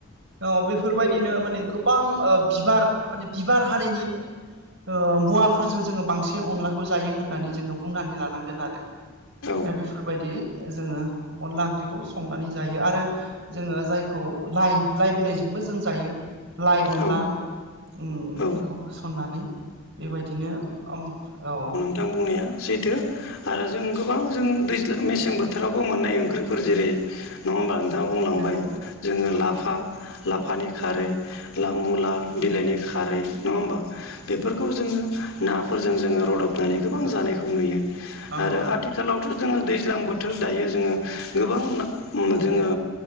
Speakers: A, on the right; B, on the left.
A: औ बेफोरबाय ओरैनो माने गोबांओ बिबार माने बिबार हारिनि ओ मुवाफोरजों जोङो बांसिन अनलाखौ जायो होननानै जोङो बुंनानै लानांगोन आरो
B: औ
A: बेफोरबायदि जोङो अनला ओंख्रिखौ संनानै जायो। आरो जोङो जायखौ लाइ लाइ बिलाइजोंबो जों जायो। लाइ अनला
B: औ
A: उ
B: औ
A: बेखौ होसननानै बेबायदिनो ओम औ
B: बिथां बुंनाया सैथो आरो जों गोबां जों दैज्ल मेसें बोथोरावबो मोननाय ओंख्रिफोर जेरै नङा होमब्ला नोंथाङा बुंलांबाय
A: नंगौ
B: जोङो लाफा लाफानि खारै मुला बिलाइनि खारै नङा होमबा बेफोर खौ जोङो नाफोरजों जोङो रदबनानै गोबां जानायखौ नुयो
A: औ
B: आरो आथिखाल आथिखालावथ' जोङो दैज्लां बोथोर दायो जोङो गोबां जोङो